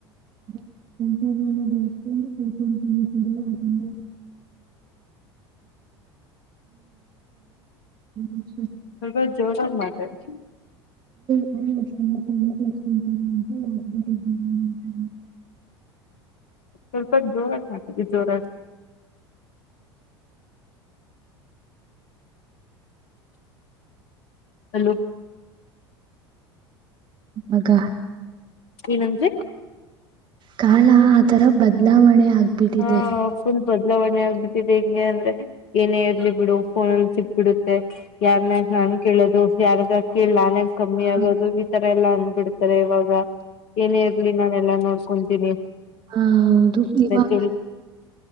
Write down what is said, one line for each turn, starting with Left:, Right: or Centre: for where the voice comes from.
Right: <inaudible> ತಂತ್ರಜ್ಞಾನ ಬಳಕೆ ತಿಳ್ಕೊಂತೀನಿ ಬಿಡು ಅದ್ರಿಂದ <unintelligible> <unintelligible> <inaudible>
Left: ಸ್ವಲ್ಪ ಜೋರಾಗ್ ಮಾತಾಡು
Right: ಹ್ಮ <unintelligible> ತ <unintelligible> ತಸ್ಂನ ಅಂತೆ ಬಕೆಟ್ ಇಡಿ ಅಂತ
Left: ಸ್ವಲ್ಪ ಜೋರಾಗಿ ಮಾತಾಡಿ ಜೋರಾಗಿ ಹಲೋ
Right: ಅಗ
Left: ಏನಂದ್ರಿ?
Right: ಕಾಲ ಆ ತರ ಬದಲಾವಣೆ ಆಗ್ ಬಿಟ್ಟಿದೆ.
Left: ಆ ಫುಲ್ ಬದಲಾವಣೆ ಆಗ್ಬಿಟ್ಟಿದೆ ಹೆಂಗೆ ಅಂದ್ರೆ ಏನೇ ಇರ್ಲಿ ಬಿಡು ಫೋನಲ್ಲಿ ಸಿಕ್ಬುಡುತ್ತೆ ಯಾರ್ನ್ ಯಾಕ್ ನಾನ್ ಕೇಳೋದು ಯಾರತ್ರ ಕೇಳ್ ನಾನೇನ್ ಕಮ್ಮಿ ಆಗೋದು
Right: ಆ,
Left: ಈತರ ಎಲ್ಲಾ ಅಂದ್ಬಿಡ್ತಾರೆ ಇವಾಗ, ಏನೇ ಇರ್ಲಿ ನಾನ್ ಎಲ್ಲಾ ನೋಡ್ಕೊಂತಿನಿ
Right: ಹಾ ಹೌದು ಇವಾ
Left: ಕೇಳಿ